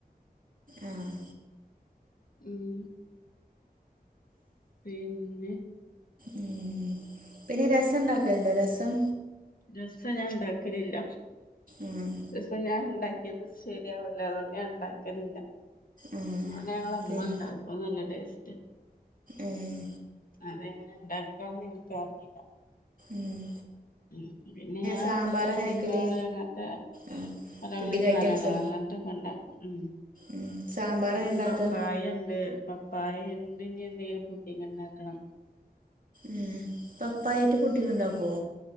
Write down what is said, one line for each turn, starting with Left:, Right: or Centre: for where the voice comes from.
Right: ആഹ്
Left: ഉം പിന്നെ
Right: ഉം പിന്നെ രസം ഉണ്ടാക്കലുണ്ടോ രസം
Left: രസം ഞാൻ ഉണ്ടാക്കലില്ല
Right: ആഹ്
Left: രസ ഞാൻ ഉണ്ടാക്കിയത് ശരിയാവൂല്ലാ അതോണ്ട് ഞാൻ ഉണ്ടാക്കലില്ല
Right: ആഹ്
Left: <unintelligible> അമ്മ
Right: പിന്നെ
Left: ഉണ്ടാക്കും നല്ല ടേസ്റ്റ്
Right: ഏഹ്
Left: അതെങ്ങനെ ഉണ്ടാക്കാന്ന് ഇൻക്ക് അറീല്ല
Right: ഉം
Left: ഉം പിന്നെ ഞാൻ
Right: സാമ്പാർ
Left: പുഡ്ഡിംങ്ങാള്
Right: അങ്ങനെയൊക്കെല്ലേ
Left: അങ്ങനത്തെ
Right: ആ
Left: പല
Right: പുഡിങ്
Left: പല സാനങ്ങളാ
Right: ഐറ്റംസ്
Left: അങ്ങനത്തൊക്കെ ഉണ്ടാക്കും ഉം
Right: ഉം സാമ്പാർ
Left: പിന്നപ്പ
Right: എങ്ങനെ ഉണ്ടാക്കുക
Left: പപ്പായ ഇണ്ട് പ പായ ഇണ്ട് ഇന്ത് എന്തെങ്കിലും പുഡിങ് ഉണ്ടാക്കണം
Right: ഉം പപ്പായായിട്ട് പുഡിങ്ങ് ഇണ്ടാക്കോ